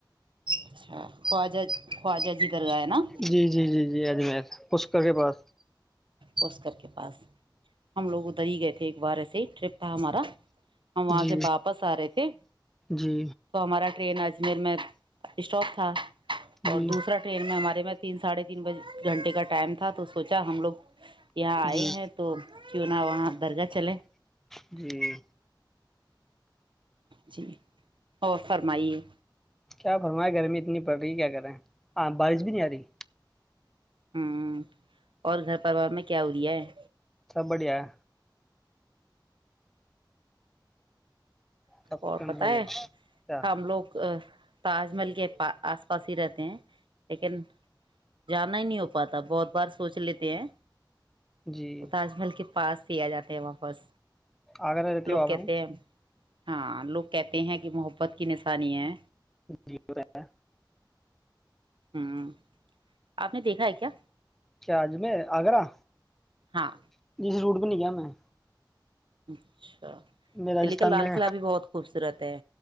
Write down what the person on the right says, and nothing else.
اچھا خواجہ خواجہ جی درگاہ ہے نا
پسکر کے پاس ہم لوگ ادھر ہی گئے تھے ایک بار ایسے ہی ٹرپ تھا ہمارا ہم وہاں
سے واپس آ رہے تھے
تو ہمارا ٹرین اجمیر میں اسٹاپ تھا اور
دوسرا ٹرین میں ہمارے میں تیناھے تین بجے گھنٹے کا ٹائم تھا تو سوچ ا کیااہ ہم لوگ یہاں آئے
ہیں تو کیوں نہ وہاں درگاہ چلے
جی او فرمائیے
ہوں اور گھر پروار میں کیا ہو رہیا ہے
اور
پت ہے
ہم لوگ تاج محل کےا آس پاس ہی رہتے ہیں لیکن جانا ہی نہیں ہو پاتا بہت بار سوچ لیتے ہیں
تاج محل کے پاس سیا جاتے ہیں واپس
لوگ
کہتے
ہیں ہاں لوگ کہتے ہیں کہ محبت کی نشانی ہے
ہوں آپ نے دیکھا ہے کیا
ہاں
اچھا
دلی کا لال
قلعہ بھی بہت خوبصورت ہے